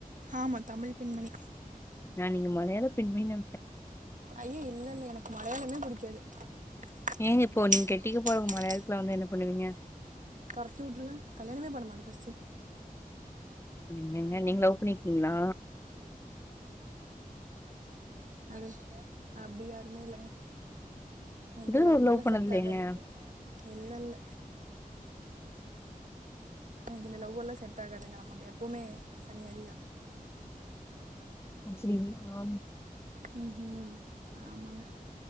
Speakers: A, on the right (about 60°); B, on the left (about 15°).
A: ஆமா தமிழ் பெண்மணி
B: நா நீங்க மலயாள பெண்மணி நென்ச்சேன்
A: ஐயோ இல்ல இல்ல எனக்கு மலையாளமே புடிக்காது <unintelligible> உ
B: ஏங்க
A: ஏன்
B: நீங்க
A: இப்போ
B: கெட்டிக்க
A: நீங்கட்டீட்டுதா
B: போறவங்க மலையாளத்துல வந்து
A: நத்துலங்க
B: என்ன பண்ணுவீங்க
A: கரத்தி உட்டுறுவே கல்யாணமே பண்ண மாட்டேன் ஃபர்ஸ்ட்
B: என்னங்க நீங்க லவ் பண்ணிக்கீங்களா
A: சந்தோசங்க அப்டி யாருமே இல்லங்க இந்த
B: இதுவர
A: லவ்
B: ஒரு
A: எல்லா
B: பண்ணது
A: செட்
B: இல்லையேங்க
A: ஆகாது இல்ல இல்ல எனக்கு இந்த லவ்வெல்லா செட் ஆகாதுங்க நமக்கு எப்போமே சனி அ தா
B: சரிங்க ஆமா
A: ம் ம் ஆமாங்க